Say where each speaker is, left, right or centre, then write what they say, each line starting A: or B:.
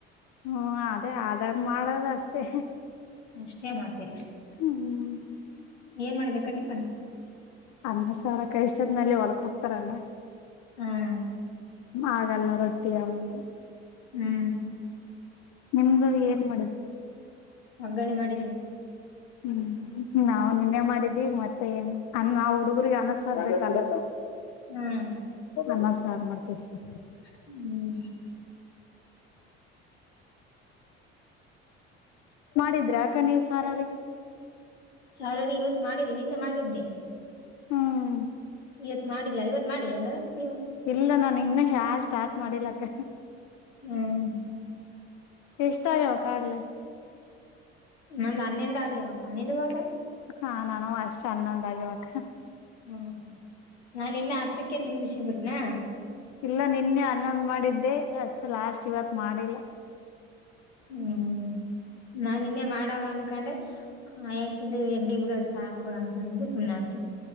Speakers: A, on the left; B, on the left.
A: ಹ್ಮ ಅದೇ ಆದಾಗ ಮಾಡೋದ ಅಷ್ಟೇ.
B: ಅಷ್ಟೇ ಮತ್ತೆ
A: ಹ್ಮ್.
B: ಏನ್ ಮಾಡಿದೆ ಅಕ್ಕ ಟಿಫನ್?
A: ಅನ್ನ ಸಾರ ಕೈ ಇಷ್ಟೋತ್ನಲ್ಲಿ ಹೊಲಕ್ ಹೋಗ್ತಾರಲ್ಲ.
B: ಹ್ಮ್
A: ಆಗಲ್ಲ ರೊಟ್ಟಿ ಅವು ಇವು
B: ಹ್ಮ್.
A: ನಿಮ್ದು ಏನ್ ಮಾಡುದ?
B: ವಗ್ಗರಣಿ ಮಾಡಿದೇ ಅಕ್ಕಾ.
A: ಹ್ಮ್ ನಾವು ನಿನ್ನೆ ಮಾಡಿದ್ದೀವಿ ಮತ್ತೆ ಏನ್ ನಾವ ಅನ್ನ ಹುಡುಗರಿಗೆ ಅನ್ನ ಸಾರ ಬೇಕಲ್ಲ.
B: ಹ್ಮ್.
A: ಅನ್ನ ಸಾರ್ ಮಾಡ್ತಿ ಅಷ್ಟೇ.
B: ಹ್ಮ್.
A: ಮಾಡಿದ್ರೆ ಅಕ್ಕಾ ನೀವ್ ಸಾರ ಅವ್ರಿಗೆ
B: ಸ್ಯಾಲರಿ ಇವತ್ ಮಾಡಿಲ್ಲ ನಿನ್ನೆ ಮಾಡಿದ್ದೆ.
A: ಹ್ಮ್.
B: ಇವತ್ ಮಾಡಿಲ್ಲಾ ಇವತ್ ಮಾಡಿ ಅಲ್ಲ ನೀವು?
A: ಇಲ್ಲ ನಾನು ಇನ್ನ ಯಾವ್ ಸ್ಟಾರ್ಟ್ ಮಾಡಲಿಕ್ಕ
B: ಹ್ಮ್.
A: ಎಷ್ಟ ಆಗ್ಯಾವಕ್ಕಾಗಲೆ
B: ನಮ್ದ್ ಹನ್ನೆಂದ್ಯಾಗವಕ ನಿಂದವೂ ಅಕ್ಕಾ?
A: ಹಾ ನನ್ನುವು ಅಷ್ಟೇ ಹನ್ನೊಂದ ಆಗ್ಯಾವಕ್ಕ.
B: ಹ್ಮ ನಾ ನಿನ್ನೆ ಹತ್ತಕ್ಕೆ ನಿಂದಿಸಿಬಿಟ್ನಾ
A: ಇಲ್ಲ ನಿನ್ನೆ ಹನ್ನೊಂದ್ ಮಾಡಿದ್ದೆ ಅಷ್ಟು ಲಾಸ್ಟ್ ಇವತ್ ಮಾಡಿಲ್ಲ.
B: ಹ್ಮ್ ನಾ ನಿನ್ನೆ ಮಾಡವ ಅನ್ಕೊಂಡೆ ಯಾಕಿದು ಎಲ್ಲಿ ಬಿಡು ಸಾಕಲ್ಲ ಅಂತ ಅಂದೆ ಸುಮ್ಮನ್ಗಾಬಿಟ್ಟೆ.